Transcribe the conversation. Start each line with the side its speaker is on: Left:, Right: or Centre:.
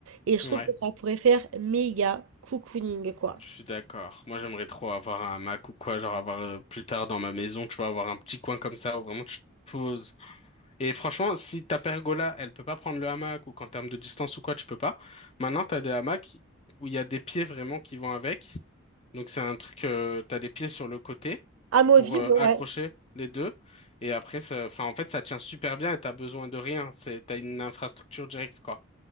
Right: Et je
Left: Ouais.
Right: trouve que ça pourrait faire méga cocooning, quoi.
Left: Je suis d'accord. Moi, j'aimerais trop avoir un Mac ou quoi, genre avoir euh, plus tard dans ma maison, tu vois, avoir un petit coin comme ça où vraiment tu te poses. Et franchement, si ta pergola, elle peut pas prendre le hamac ou qu'en termes de distance ou quoi, tu peux pas. Maintenant, t'as des hamacs où il y a des pieds vraiment qui vont avec. Donc c'est un truc, euh, t'as des pieds sur le côté
Right: Amovible,
Left: pour euh, accrocher
Right: ouais.
Left: les deux. Et après, ça- enfin, en fait, ça tient super bien et t'as besoin de rien. C'est, t'as une infrastructure directe, quoi.